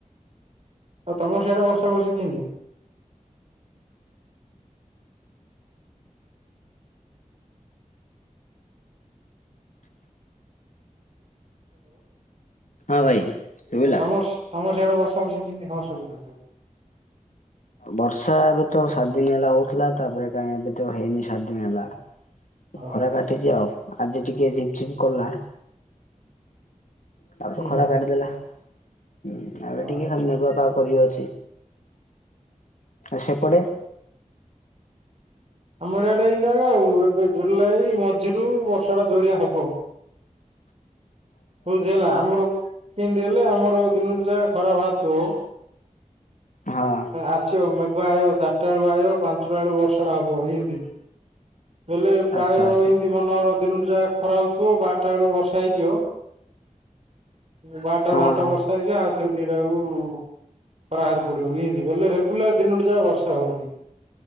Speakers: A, on the right; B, on the left.
A: ଆଉ ତମର ସେଆଡ଼େ ବର୍ଷା ବର୍ଷି କେମତି?
B: ହଁ ଭାଇ ଶୁଭିଲା।
A: ତମସ ତମର ତମର ସେଆଡ଼େ ବର୍ଷା ବର୍ଷି କେମିତି? ହଁ ଶୁଭିଲା।
B: ବର୍ଷା ଏବେ ତ ସାତ ଦିନ ହେଲା ହଉଥିଲା ତାପରେ କାଇଁ ଏବେ ତ ହେଇନି ସାତ ଦିନ ହେଲା।
A: ଓହୋ
B: ଖରା କାଟିଛି ଆଉ ଆଜି ଟିକେ ଝିପ ଝିପ କଲା ତାପରେ
A: ହୁଁ
B: ଖରା
A: ହୁଁ
B: କାଟିଦେଲା ଉଁ ଏବେ ଟିକେ
A: ଓହୋ
B: ଖାଲି ମେଘୁଆ ପାଗ କରିକି ଅଛି। ଆ ସେପଟେ?
A: ଆମର ଇଏଡେ ଏଇନାକା ଏବେ ଜୁଲାଇ ମଝିରୁ ବର୍ଷା ଟା ଜୋରିଆ ହବ।
B: ହ
A: ହଉ ଝିଲା ହେଲା ଆମର ପିନ୍ଧି ହେଲେ ଆମର ଦିନୁ ଯାହା ଖରା ବାହାରୁ ଥିବା।
B: ହଁ
A: ଆସିବ ମେଘ ଆଇବ ଚାରିଟା ବେଳୁ ଆଇବ ପାଞ୍ଚ ବେଳୁ ବର୍ଷାଟା ହବ ଏନତି। ହେଲେ ପ୍ରାୟ
B: ଆଚ୍ଛା ଆଚ୍ଛା
A: ଏମତି ମନର ଦିନ ଯା ଖରା ହଉଥିବ ବାରଟା ବେଳକୁ ବର୍ଷା ହେଇଯିବ। ବାରଟାରୁ
B: ହଁ
A: ଘଣ୍ଟେ
B: ହଁ
A: ବର୍ଷା ହେଇଯିବ ଆଉ ଥରେ ଦିଟାକୁ ଖରାବାହାରି ପଡିବ ଏମତି ବୋଲେ ରେଗୁଲାର ଦିନଠୁ ଯାକ ବର୍ଷା ହଉନି।